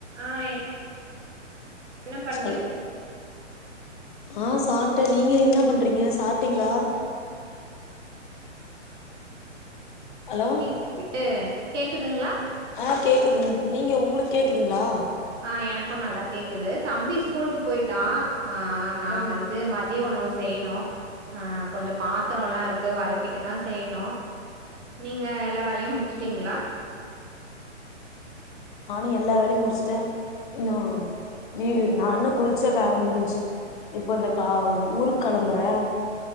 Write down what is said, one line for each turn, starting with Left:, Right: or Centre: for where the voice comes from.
Right: ஆ என் என்ன பண்ற
Left: ஹலோ ஆ சாட்டே நீங்க என்ன பண்றீங்க சாப்ட்டீங்களா ஹலோ
Right: <unintelligible> கேக்குதுங்களா
Left: ஆ கேக்குதுங் நீங்க உங்களுக்கு கேக்குதுங்களா
Right: ஆ எனக் க்கு நல்லா கேக்குது தம்பி ஸ்கூலுக்கு போயிட்டா ஆ நா
Left: ஆ
Right: வந்து மதிய உணவு செய்யணு ஆ கொஞ்சோ பாத்தரோல்லா இருக்கு வளக்கிட்டுதா செய்யணு நீங்க எல்லா வேலையு முடிச்சிட்டீங்களா
Left: நானு எல்லா வேலையு முடிச்சிட்டே இன்னு நீ நா இன்னு குளிச்சா வேலை முடிஞ்சு இப்ப இந்த கா ஊருக்கு கெளம்புறே